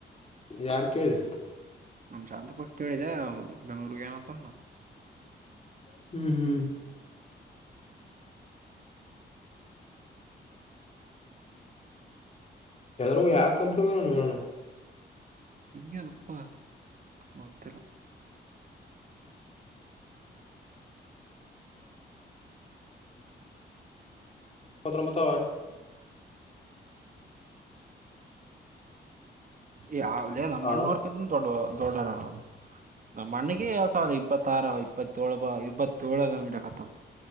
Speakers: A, on the left; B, on the right.
A: ಯಾರ್ು ಕೇಳಿದೆ
B: ನಮ ಶಾಂತಪಕ್ ಕೇಳಿದೆ ಬೆಂಗ್ಳೂರ್ಗ ಏನತಂದ
A: ಹ್ಮ್ ಹ್ಮ್ ಎಲ್ಲ ಆ ಕಂಪನ ಬ ನಿ ಮಾಡ
B: ಇಂಗ ಅಪ್ಪ ಮೊತ್ತಲ್ಲ
A: ಪತ್ರರಂಬತ್ತಾವ
B: ಯಾವಲೇ ನ
A: ಹಾ
B: ಮಣ್ಣವರ್ಕಿಂತ ದೊಡ್ಡ ದೊಡ್ಡರ ನಮ್ಮ ಮನೆಗೆಸ ಇಪ್ಪತ್ತಾರ ಇಪ್ಪತ್ತೋಳ್ ಬ ಇಪ್ಪತ್ತಏೇಳಂಗತ